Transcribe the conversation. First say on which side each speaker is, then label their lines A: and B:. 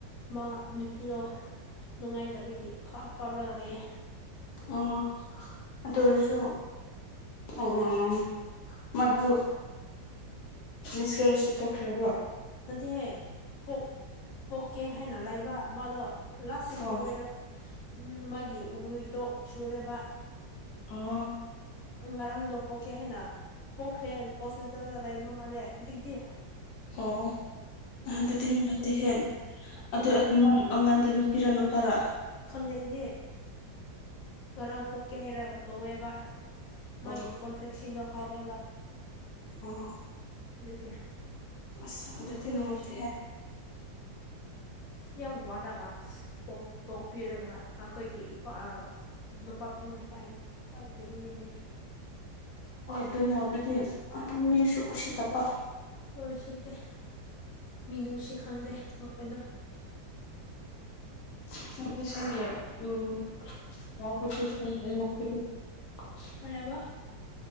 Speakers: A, on the left; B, on the left.
A: ꯃꯥ ꯅꯨꯄꯤꯗꯣ ꯅꯨꯡꯉꯥꯏꯇꯕꯒꯤ ꯀꯥꯞ ꯀꯥꯞꯔꯒ ꯂꯩꯌꯦ
B: ꯑꯣ ꯑꯗꯨ ꯑꯣꯏꯔꯁꯨ ꯑꯣ ꯃꯗꯨ ꯃꯤꯁꯀꯔꯤꯁꯤꯞ ꯇꯧꯈ꯭ꯔꯕꯣ
A: ꯅꯠꯇꯦꯍꯦ ꯄꫭꯛ ꯄꯣꯛꯀꯦ ꯍꯥꯏꯅ ꯂꯩꯕ ꯃꯥꯗꯣ ꯂꯥꯁ ꯋꯤꯛ
B: ꯑꯣ
A: ꯑꯣꯏꯔꯕ ꯎꯝ ꯃꯥꯒꯤ ꯋꯤꯛꯗꯣ ꯁꯨꯔꯦꯕ
B: ꯑꯣ
A: ꯉꯔꯥꯡꯗꯣ ꯄꯣꯛꯀꯦ ꯍꯥꯏꯅ ꯄꯣꯛꯈ꯭ꯔꯦ ꯍꫭꯁ ꯄꯤꯇꯥꯜꯗ ꯂꯩꯕ ꯃꯥꯜꯂꯦ ꯍꯧꯖꯤꯛꯇꯤ
B: ꯑꯣ
A: ꯎꯝ
B: ꯑꯗꯨꯗꯤ ꯅꯨꯡꯉꯥꯏꯇꯦ
A: ꯑꯗꯨꯒ
B: ꯍꯦ ꯑꯗꯨ
A: ꯍꯣꯏ
B: ꯑꯗꯨ ꯅꯪ ꯑꯉꯥꯟꯗꫭ ꯅꯨꯄꯤꯔ ꯅꯨꯄꯥꯔꯥ
A: ꯈꯪꯗꯦ ꯑꯩꯗꯤ ꯉꯔꯥꯡ ꯄꯣꯛꯀꯦ ꯍꯥꯏꯔꯒ ꯇꯧꯋꯦꯕ ꯃꯥꯒꯤ
B: ꯑꯣ
A: ꯀꯣꯟꯇ꯭ꯔꯦꯛꯁꯤꯡꯗꯣ ꯍꯥꯎꯋꯦꯕ
B: ꯑꯣ
A: ꯑꯗꯨꯒꯤ
B: ꯑꯁ ꯑꯗꯨꯗꯤ
A: ꯌꯥꯝ
B: ꯅꯨꯡꯉꯥꯏꯇꯦꯍꯦ
A: ꯅꯨꯡꯁꯤꯌꯦ ꯌꯥꯝ ꯋꯥꯔꯒ ꯄꫭꯛ ꯄꫭꯛꯄꯤꯔꯒ ꯃꯈꯣꯏꯒꯤ ꯏꯄꯥ ꯑ ꯅꯨꯄꯥꯈꯣꯏꯅ ꯄꯥꯏꯈ꯭ꯔꯒꯤꯅꯦꯍꯦ
B: ꯍꫭꯏ ꯑꯗꯨꯅꯦ ꯑꯗꯨꯗꯤ ꯃꯤꯁꯨ ꯎꯁꯤꯠꯇꯄ
A: ꯍꯣꯏ ꯁꯤꯠꯇꯦ ꯃꯤꯅꯨꯡꯁꯤ ꯈꯪꯗꯦ ꯃꯈꯣꯏꯗꯣ
B: <unintelligible>
A: ꯀꯔꯌꯥꯕ